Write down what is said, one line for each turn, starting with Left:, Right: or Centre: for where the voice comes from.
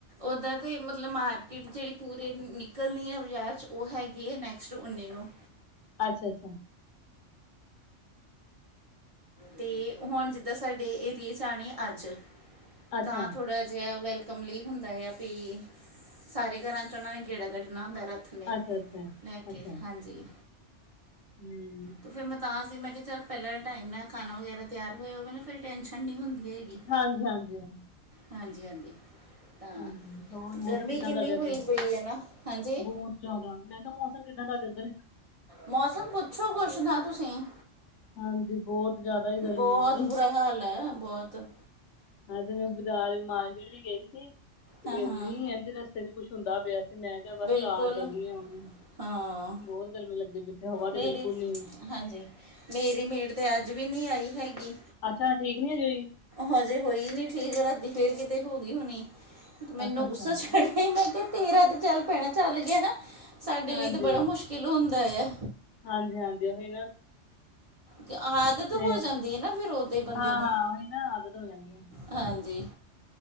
Right: ਓਦਾਂ ਤੇ ਮਤਲਬ ਮਾਰਕੀਟ ਜੇੜੀ ਪੂਰੇ ਨਿਕਲਣੀ ਆ ਬਾਜ਼ਾਰ ਚ ਓਹ ਹੈਗੀ ਏ ਨੈਕਸਟ ਉੱਨੀ ਨੂੰ।
Left: ਅੱਛਾ, ਅੱਛਾ।
Right: ਤੇ ਹੁਣ ਜਿੱਦਾਂ ਸਾਡੇ ਏਰੀਏ ਚ ਆਣੀ ਏ ਅੱਜ,
Left: ਅੱਛਾ
Right: ਤਾਂ ਥੋੜ੍ਹਾ ਜਿਆ ਵੈਲਕ ਕਮ ਲੀ ਹੁੰਦਾ ਆ ਪੀ ਸਾਰੇ ਘਰਾਂ 'ਚ ਓਹਨਾਂ ਨੇ ਗੇੜਾ ਕੱਡਣਾ ਹੁੰਦੈ ਰੱਥ ਹੁਣੇ,
Left: ਅੱਛਾ ਅੱਛਾ
Right: ਲੈ
Left: ਅੱਛਾ
Right: ਕੇ, ਹਾਂਜੀ।
Left: ਹੂੰ।
Right: ਤੋ ਫਿਰ ਮੈਂ ਤਾਂ ਸੀ ਮੈਂ ਕਿਆ ਚੱਲ ਪੈਲਾਂ ਟਾਈਮ ਨਾ ਖਾਣਾ ਵਗੈਰਾ ਤਿਆਰ ਹੋਇਆ ਹੋਗਾ ਨਾ ਫੇਰ ਟੈਂਨਸ਼ਨ ਨੀ ਹੁੰਦੀ ਹੈਗੀ।
Left: ਹਾਂਜੀ ਹਾਂਜੀ, ਹਾਂ।
Right: ਹਾਂਜੀ, ਹਾਂਜੀ। ਤਾਂ
Left: ਹੂੰ, ਹੂੰ, ਹੋਰ
Right: ਤੇ
Left: ਮੌਸਮ
Right: ਗਰਮੀ
Left: ਕਿੱਦਾਂ
Right: ਕਿੰਨੀ
Left: ਤਾਡੇ
Right: ਹੋਈ
Left: ਓਧਰ?
Right: ਪਈ ਹੈ ਨਾ ਹਾਂਜੀ
Left: ਬੌਤ ਜੈਦਾ ਮੈਂ ਕਿਆ ਮੌਸ ਸਮ ਕਿੱਦਾਂ ਤਾਡੇ ਓੱਧਰ?
Right: ਮੌਸਮ ਪੁੱਛੋ ਕੁਛ ਨਾ ਤੁਸੀਂ।
Left: ਹਾਂਜੀ ਬਹੁਤ ਜ਼ਿਆਦਾ ਹੀ ਗਰਮੀ
Right: ਬੋਤ
Left: ਹੈ
Right: ਬੁਰਾ ਹਾਲ ਐ, ਬੋਤ।
Left: ਆਜ ਤੇ ਮੈਂ ਬਜਾਰ ਮਾਰਕਿਟ ਵੀ ਗਈ ਸੀ।
Right: ਹਾਂ ਹਾਂ
Left: ਏਨੀ ਏਂਜ ਰਸਤੇ ਚ ਕੁੱਛ ਹੁੰਦਾ ਪਿਆ ਸੀ ਮੈਂ ਕਿਆ ਬਸ
Right: ਬਿਲਕੁਲ
Left: ਘਾਰ ਚੱਲਿਏ ਹੁਨ।
Right: ਹਾਂ।
Left: ਬੋਰ ਗਰਮੀ ਲੱਗਦੀ ਪੀ ਸੀ, ਹਵਾ ਤੇ
Right: ਮੇਰੀ
Left: ਬਿਲਕੁਲ ਨੀ।
Right: ਹਾਂਜੀ, ਮੇਰੀ ਮੇਡ ਤੇ ਅੱਜ ਵੀ ਨੀ ਆਈ ਹੈਗੀ।
Left: ਅੱਛਾ, ਠੀਕ ਨੀ ਹਜੇ ਹੂਈ?
Right: ਹਜੇ ਹੋਈ ਨੀ ਠੀਕ, ਰਾਤੀ ਫੇਰ ਕਿਤੇ ਹੋ ਗੀ ਹੋਣੀ। ਮੈਨੂੰ
Left: ਅੱਛਾ ਅੱਛਾ
Right: ਗੁੱਸਾ ਚੜ੍ਹਿਆ ਮੈਂ ਕਿਆ ਤੇਰਾ ਤੇ ਚੱਲ ਪੈਣੇ ਚੱਲ ਗੇਆ ਨਾ ਸਾਡੇ
Left: ਹਾਂਜੀ
Right: ਲਈ ਤੇ ਬੜਾ ਮੁਸ਼ ਕਿਲ ਹੁੰਦਾ ਆ।
Left: ਹਾਂਜੀ ਹਾਂਜੀ, ਓਹੀ ਨਾ।
Right: ਤੇ ਆਦਤ
Left: ਤੇ
Right: ਹੋ ਜਾਂਦੀ ਏ ਨਾ ਫੇਰ ਓਦਾਂ ਈ ਬੰਦੇ
Left: ਹਾਂ
Right: ਨੂੰ।
Left: ਹਾਂ ਉਹੀ ਨਾ ਆਦਤ ਹੋ ਜਾਂਦੀ ਹੈ
Right: ਹਾਂਜੀ